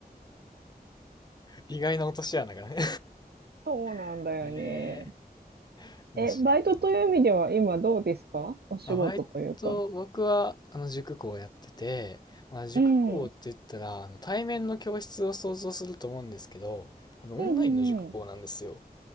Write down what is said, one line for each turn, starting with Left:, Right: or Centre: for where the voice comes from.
Left: 意外な落とし穴がね。
Right: そうなんだよね。
Left: <laughs> へえ、面白い。
Right: え、バイトという意味では今どうですかお仕事というか。
Left: あ、バイト、僕は、あの、塾講をやってて、まあ、塾講って言ったら、
Right: うん。うん
Left: あの、対面の教室を想像すると思うんですけど、あの、オンラインの塾講なんですよ。
Right: うんうん。